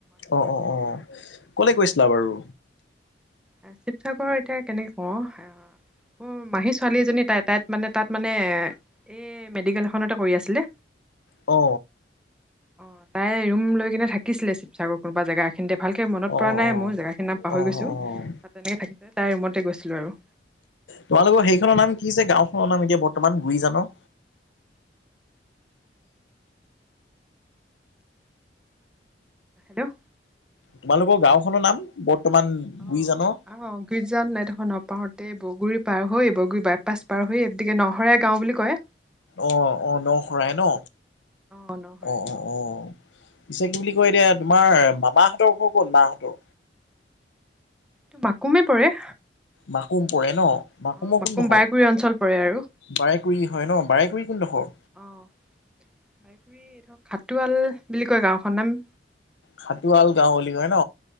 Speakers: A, on the left; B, in the centre.
A: অঁ অঁ অঁ, কলে গৈছিলা বাৰু।
B: শিৱসাগৰৰএতিয়া কেনেকে কওঁ। উম মাহী ছোৱালী এজনী তাই তাইত মানে তাত মানে। এই মেডিকেল এখনতে কৰি আছিলে।
A: অ
B: অঁ তাই ৰুম লৈ কিনে থাকিছিলে। সাগৰ কোনোবা জেগাখিনিতে, ভালকে মনত
A: অ অ অ
B: পৰা নাই মোৰ জেগাখিনি নাম পাহৰি
A: অ অ
B: গৈছো।
A: অ
B: তাত তেনেকে থাকিব যায়, তাই ৰুমতে গৈছিলো আৰু।
A: তোমালোকৰ সেইখনৰ নাম কি যে, গাঁওখনৰ নাম এতিয়া বৰ্তমান গুৰি জানৰ।
B: ল্ল'
A: তোমালোকৰ গাঁওখনৰ নাম বৰ্তমান গুৰিজানৰ
B: অঁ অঁ গুইজান এইডোখৰ নৌপাওঁতেই বৰগুৰি পাৰ হৈ বৰগুৰি বাইপাছ পাৰ হৈ গতিকে নশৰাই গাওঁ বুলি কয়।
A: অঁ অঁ নশৰাই ন?
B: অঁ নহৰাই
A: অ'
B: গাঁও
A: অ' অ'। পিছে কি বুলি
B: উম,
A: কয় এতিয়া তোমাৰ মামাহঁতৰ ঘৰ ক'ত মাহঁতৰ?
B: মাকুমে পৰে।
A: মাকুম পৰে ন
B: অঁ
A: মাকুমৰ
B: মাকুম
A: কোন ডখৰ?
B: বাইগুৰি অঞ্চল পৰে আৰু
A: বাৰেকুৰি হয় ন, বাৰেকুৰি কোন ডখৰ?
B: অঁ বাৰেকুৰি এইডখৰ খাটোৱাল বুলি কয় গাঁওখনৰ নাম।
A: খাটোৱাল গাঁও বুলি কয় ন?